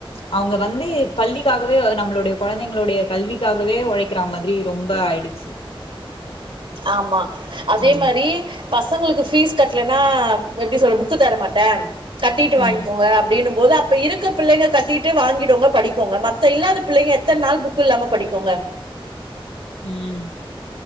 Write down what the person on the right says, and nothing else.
ஆம்மா அதே
மாறி பசங்களுக்கு ஃபீஸ் கட்டலன்னா எப்டி சொல்ற புக்கு தர மாட்டே கட்டிட்டு வாங்கிக்கோங்க
அப்படின்னு போது இப்ப இருக்க பிள்ளைங்க கட்டிட்டு வாங்கிடுங்க படிக்கோங்க மத்த இல்லாத புள்ளைங்க எத்த நாள் புக்கு இல்லாம படிக்கோங்க